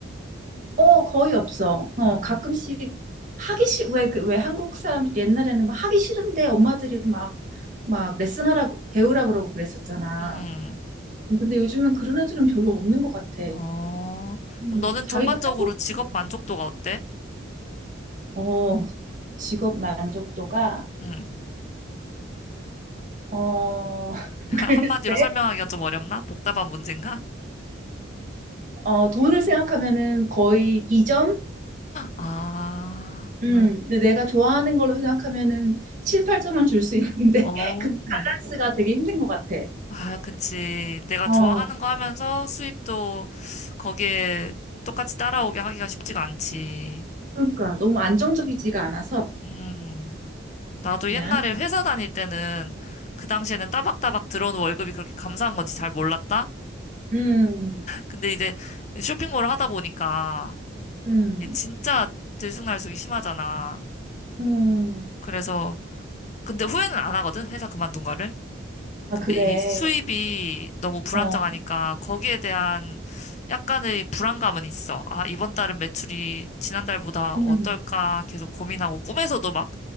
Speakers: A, on the right; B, on the left.
A: 어 거의 없어.
B: 어,
A: 어 가끔씩 하기 싫 왜 그 왜 한국 사람들 옛날에는 막 하기 싫은데 엄마들이 막 막 레슨하라고 배우라 그러고 그랬었잖아.
B: 음,
A: 근데 요즘은 그런 애들은 별로 없는 것 같아.
B: 어,
A: 음,
B: 그럼 너는
A: 자기가
B: 전반적으로
A: 하고 싶-
B: 직업 만족도가 어때?
A: 어 직업 만족도가
B: 음,
A: 어
B: <laughs> 한마디로
A: <laughs> 글쎄.
B: 설명하기가 좀 어렵나? 복잡한 문제인가?
A: 어, 돈을 생각하면은 거의 2점?
B: 아,
A: 음, 근데 내가 좋아하는 걸로 생각하면은 7, 8점은 줄 수 있는데
B: 어,
A: <laughs> 그
B: 어.
A: 밸런스가 되게 힘든 것 같아.
B: 아, 그치. 내가
A: 어,
B: 좋아하는 거 하면서 수입도 거기에 똑같이 따라오게 하기가 쉽지가 않지.
A: 그러니까 너무 안정적이지가 않아서
B: 음. 나도
A: 미안.
B: 옛날에 회사 다닐 때는 그 당시에는 따박따박 들어오는 월급이 그렇게 감사한 건지 잘 몰랐다?
A: 음,
B: 근데 이제 쇼핑몰을 하다 보니까
A: 음,
B: 이게 진짜 들쑥날쑥이 심하잖아.
A: 음.
B: 그래서 근데 후회는 안 하거든, 회사 그만둔 거를.
A: 아,
B: 근데
A: 그래.
B: 이 수입이 너무 불안정하니까
A: 어,
B: 거기에 대한 약간의 불안감은 있어. 아, 이번 달은 매출이 지난달보다
A: 음.
B: 어떨까 계속 고민하고 꿈에서도 막